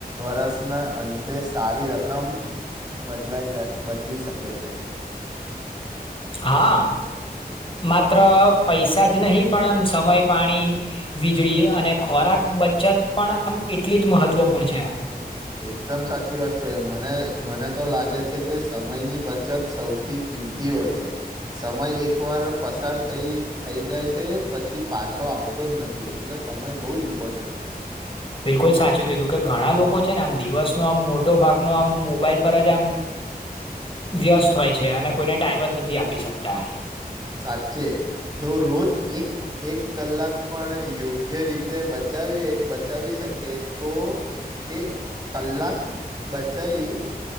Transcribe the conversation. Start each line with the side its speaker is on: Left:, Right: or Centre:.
Right: વરષના અં તે સારી રકમ બદલાઈ જાય બદલી શકે છે.
Left: હા, માત્ર પૈસા જ નહી પણ આમ સમય, પાણી, વીજળી અને ખોરાક બચત પણ આમ એટલી જ મહત્વપૂર્ણ છે.
Right: એકદમ સાચી વાત છે. મને મને તો લાગે છે કે સમયની બચત સૌથી કિંમતી હોય છે. સમય એકવાર પસાર થઈ થઈ જાય છે પછી પાછો આવતો જ નથી. એટલે સમય બઉ જ ઇમ્પોર્ટન્ટ છે.
Left: બિલકુલ સાચું કીધું કે ઘણા લોકો છે ને આમ દિવસનો આમ મોટો ભાગનો આમ મોબાઈલ પર જ આમ વ્યસ્ત હોય છે. અને કોઈને ટાઈમ જ નથી આપી શકતા.
Right: સાચે જો રોજ એક-એક કલાક પણ યોગ્ય રીતે બચાવીએ બચાવી શકીએ તો તે કલાક બચઈ